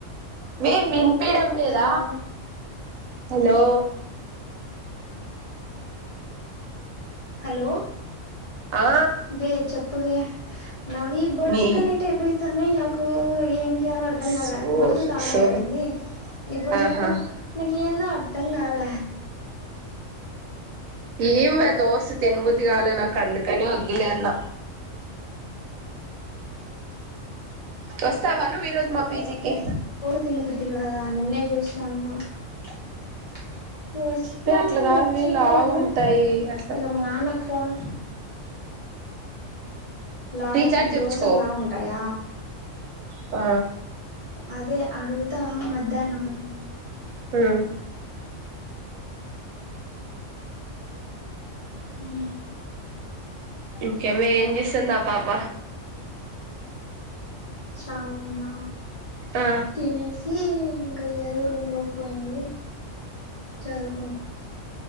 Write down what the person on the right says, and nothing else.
మే వినీపిడం లేద
హలో
ఆ
నీ
సో
సో
ఆహా
ఏమి <unintelligible> దోశ తినుముది కాల నాకి అందుకనే వద్దులేన్న వస్తస్తావ నువు ఈరోజు మా పిజీకి
వే అట్లా కాదు
వే లావు ఉంటాయి అట్లా
రీఛార్జ్
చేపించుకో
ఆ
ఉ
ఇంకే వే ఎం చేస్తంది ఆ పాప
ఆ